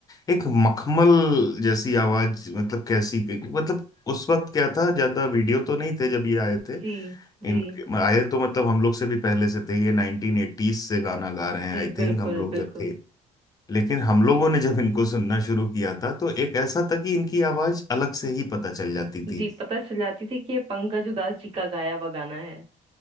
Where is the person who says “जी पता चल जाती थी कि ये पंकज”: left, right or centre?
Right